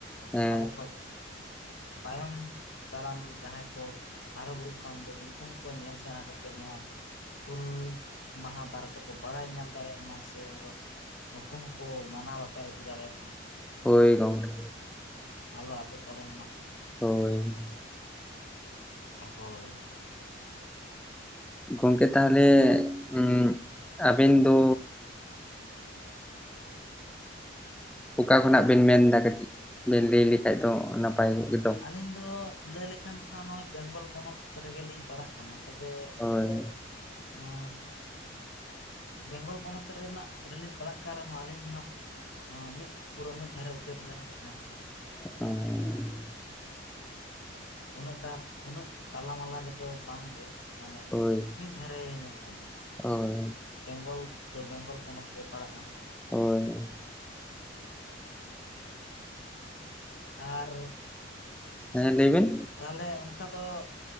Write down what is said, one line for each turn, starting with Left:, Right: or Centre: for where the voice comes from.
Centre: ᱦᱮᱸ
Left: ᱟᱵᱚ ᱠᱷᱚᱡ ᱛᱟᱭᱚᱢ ᱫᱟᱨᱟᱢ ᱡᱟᱦᱟᱸᱭ ᱠᱚ ᱦᱟᱨᱟ ᱵᱩᱨᱩᱜ ᱠᱟᱱ ᱫᱚ ᱩᱱᱠᱩ ᱦᱚᱸᱠᱚ ᱧᱮᱞ ᱥᱮᱬᱟ ᱠᱟᱛ ᱛᱮᱫ ᱱᱚᱣᱟ ᱦᱩᱞ ᱢᱟᱦᱟ ᱵᱟᱨᱮ ᱛᱮᱠᱚ ᱵᱟᱲᱟᱭ ᱧᱟᱢ ᱫᱟᱲᱮᱭᱟᱜ ᱢᱟ ᱥᱮ ᱟᱨᱚ ᱱᱩᱠᱩ ᱦᱚᱸᱠᱚ ᱢᱟᱱᱟᱣ ᱵᱟᱛᱟᱣ ᱤᱫᱤ ᱫᱟᱲᱮᱭᱟᱜ ᱢᱟ᱾
Centre: ᱦᱳᱭ ᱜᱚᱢᱠᱮ
Left: ᱟᱞᱚ ᱟᱫᱚᱜ ᱛᱟᱵᱚᱱ ᱢᱟ᱾
Centre: ᱦᱚᱭ
Left: ᱦᱳᱭ
Centre: ᱜᱚᱝᱠᱮ ᱛᱟᱦᱚᱞᱮ ᱩᱸ ᱟᱵᱮᱱ ᱫᱚ ᱚᱠᱟ ᱠᱷᱚᱱᱟᱜ ᱵᱮᱱ ᱢᱮᱱ ᱮᱫᱟ ᱠᱟᱹᱴᱤᱡ ᱵᱮᱱ ᱞᱟᱹᱭ ᱞᱮᱠᱷᱟᱱᱡ ᱫᱚ ᱱᱟᱯᱟᱭ ᱫᱚ
Left: ᱟᱹᱞᱤᱧ ᱫᱚ ᱞᱟᱹᱭ ᱞᱮᱠᱷᱟᱱ ᱫᱚ ᱦᱟᱸᱜ ᱱᱚ-ᱚᱭ ᱵᱮᱝᱜᱚᱞ ᱯᱚᱱᱚᱛ ᱨᱮᱜᱮᱞᱤᱧ ᱯᱟᱲᱟᱜ ᱦᱮᱡᱟ ᱛᱚᱵᱮ
Centre: ᱦᱳᱭ
Left: ᱚᱸ ᱵᱮᱝᱜᱚᱞ ᱯᱚᱱᱚᱛ ᱨᱮᱱᱟᱜ ᱨᱮᱞᱤᱧ ᱯᱟᱲᱟᱜ ᱠᱟᱱ ᱨᱮᱦᱚᱸ ᱟᱹᱞᱤᱧ ᱫᱚ ᱦᱟᱸᱟᱜ ᱢᱤᱫ ᱯᱩᱨᱟᱹ ᱢᱤᱫ ᱫᱷᱟᱨᱮ ᱩᱛᱟᱹᱨ ᱨᱮ ᱦᱟᱸᱜ ᱦᱮᱱᱟᱜ ᱞᱤᱧᱟᱹ
Centre: ᱚᱻᱻᱻ
Left: ᱩᱱᱟᱹᱜᱴᱟ ᱩᱱᱟᱹᱜ ᱛᱟᱞᱟᱢᱟᱞᱟ ᱨᱮᱫᱚ ᱵᱟᱝ ᱜᱮ᱾ ᱢᱟᱱᱮ
Centre: ᱦᱳᱭ
Left: ᱢᱤᱫ ᱫᱷᱟᱨᱮ ᱧᱚᱜ ᱨᱮ
Centre: ᱦᱳᱭ
Left: ᱵᱮᱝᱜᱚᱞ ᱫᱚ ᱵᱮᱝᱜᱚᱞ ᱯᱚᱱᱚᱛ ᱜᱮ ᱯᱟᱲᱟᱜ-ᱟ
Centre: ᱦᱳᱭ
Left: ᱟᱨ
Centre: ᱦᱮᱸ ᱞᱟᱹᱭᱵᱮᱱ
Left: ᱛᱟᱦᱚᱞᱮ ᱚᱱᱠᱟ ᱫᱚ